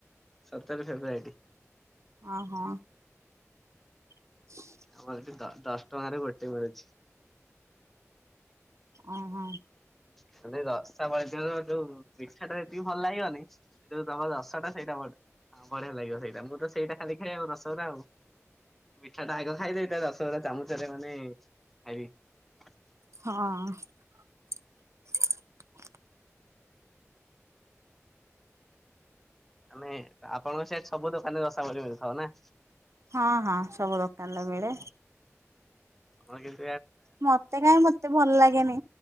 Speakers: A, in the centre; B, on the right.
A: ସତରେ ଫେବୋରାଇଟି।
B: ଅଁ, ହଁ। <inaudible>
A: ଆମର ଏଠି ଦ ଦଶ ଟଙ୍କାରେ ଗୋଟେ ମିଳୁଛି।
B: ଅଁ, ହଁ।
A: ହେଲେ ରସାବଳୀ ଦିନର ଯୋଉ ମିଠା ଟା ଯେତିକି ଭଲ ଲାଗିବନି ସେ ଯୋଉ ତୋମ ରସଟା ସେଇଟା ଭଲ ହଁ ବଢିଆ ଲାଗିବ ସେଇଟା। ମୁଁ ତ ସେଇଟା ଖାଲି ଖାଏ। ଆଉ ରସଗୋଲା ଆଉ। ମିଠା ଟା ଆଗ ଖାଇଦେବି ତା ରସଗୁରା ଚାମଚରେ ମାନେ ଖାଇବି।
B: ହଁ।
A: ଆମେ ଆପଣଙ୍କ ସେ ସବୁ ଦୋକାନରେ ରସାବଳି ମିଳଥିବୁ ନା।
B: ହଁ ହଁ ସବୁ ଦୋକାନରେ ମିଳେ।
A: ହଁ ଗିଲ
B: ମତେ କାହିଁ ମତେ ଭଲ ଲାଗେନି